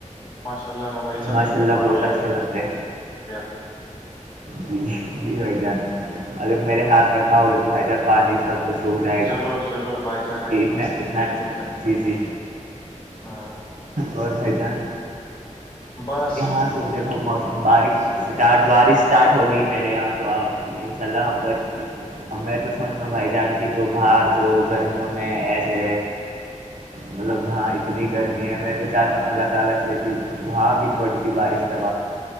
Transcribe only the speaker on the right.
ماشاء
اللہ
بہت اچھے
بنتے
جی جی جی بھائی جان اگر
میرے ہاتھ رکھاؤگے تو بھائی جان پانی سب کچھ سوکھ جائے گا
یہ اتنا
اتنا
جی جی
اور بھائی جان
یہاں صبح دیکھو موسم بارش اسٹارٹ بارش اسٹارٹ ہوگئی میرے یہاں تو آپ انشاء اللہ ہم تو اب میں تو سوچ رہ ہوں بھائی جان کی جو باہر جو گرمیوں میں ایسے مطلب یہاں اتنی گرمی ہے میں بتاتا ہوں اللہ تعالی سے وہاں بھی تھوڑی سی بارش